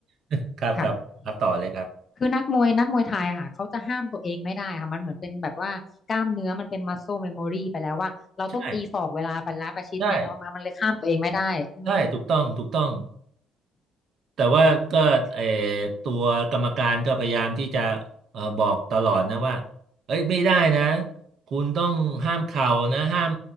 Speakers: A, on the right (about 60°); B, on the left (about 35°).
A: <laughs> ครับครับครับต่อเลยครับ
B: ค่ะ คือนักมวยนักมวยไทยอะค่ะเขาจะห้ามตัวเองไม่ได้ค่ะมันเหมือนเป็นแบบว่ากล้ามเนื้อมันเป็นมัสโ l เม e โมรีไปแล้วว่าเราต้องตีศอกเวลาไปแล้วประชิดไงเขามามันเลยห้ามตัวเองไม่ได้อืม
A: ใช่ใช่ใช่ถูกต้อง ถูกต้อง แต่ว่าก็เออตัวกรรมการก็พยายามที่จะเออบอกตลอดนะว่าเอ้ยไม่ได้นะ คุณต้องห้ามเข่านะห้าม